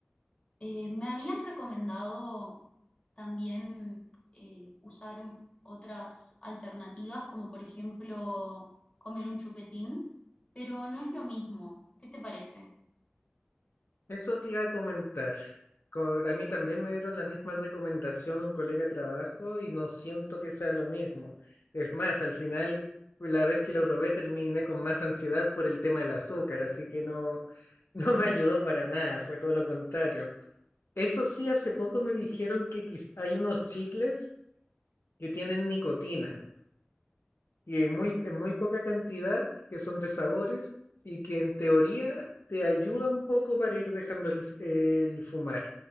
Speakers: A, on the left (about 30°); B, on the left (about 75°).
A: Eh, me habían recomendado también eh, usar un- otras alternativas, como por ejemplo comer un chupetín, pero no es lo mismo. ¿Qué te parece?
B: Eso te iba a comentar. Co- A mí también me dieron la misma recomendación un colega de trabajo y no siento que sea lo mismo. Es más, al final, la vez que lo probé, terminé con más ansiedad por el tema del azúcar, así que no, <laughs> no me ayudó para nada, fue todo lo contrario. Eso sí, hace poco me dijeron que quiz- hay unos chicles que tienen nicotina y en muy, en muy poca cantidad, que son de sabores y que en teoría te ayuda un poco para ir dejando el, el fumar.